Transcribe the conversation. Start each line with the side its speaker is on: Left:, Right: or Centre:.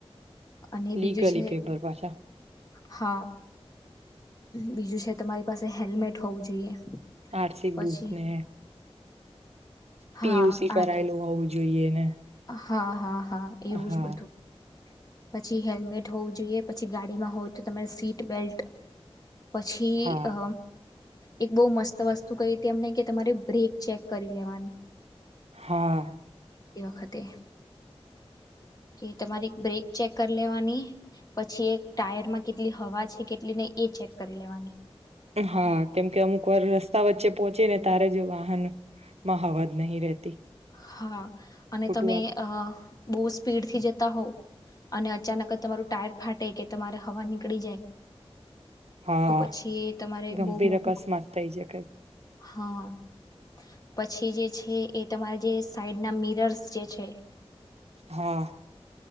Left: અને
Right: લીગલી
Left: બીજું છે
Right: પેપર પાછા.
Left: હા. બીજું છે તમારી પાસે હેલ્મેટ હોવું જોઈએ.
Right: આરસી
Left: પછી
Right: બુક ને પીયુસી
Left: હા
Right: કરાયેલું
Left: આ
Right: હોવું જોઈએ ને
Left: હા હા હા એવું
Right: હા
Left: જ બધું પછી હેલ્મેટ હોવું જોઈએ પછી ગાડીમાં હોય તો તમારે સીટ બેલ્ટ પછી
Right: હા
Left: અ એક બહુ મસ્ત વસ્તુ કઈ હતી અમને કે તમારી બ્રેક ચેક કરી લેવાની
Right: હા
Left: વધતી વખતે કે તમારી બ્રેક ચેક કરી લેવાની પછી એક ટાયરમાં કેટલી હવા છે કેટલી નહી એ ચેક કરી લેવાની
Right: હા કેમકે અમુક વાર રસ્તા વચ્ચે પોહોંચી ને તારે જ વાહનમાં હવાજ નહીિ રહેતી
Left: હા અને
Right: ખોટું
Left: તમે
Right: આપ
Left: અ બહ સ્પીડ થી જતા હોવ અને અચાનક જ તમારું ટાયર ફાટે કે તમારે હવા નીકળી જાય
Right: હા
Left: તો પછી એ તમારે
Right: ગંભીર
Left: બહુ મોટો
Right: અકસ્માત થઇ શકે
Left: હા પછી જે છે એ તમારા જે સાઈડ ના મિરર્સ જે છે
Right: હા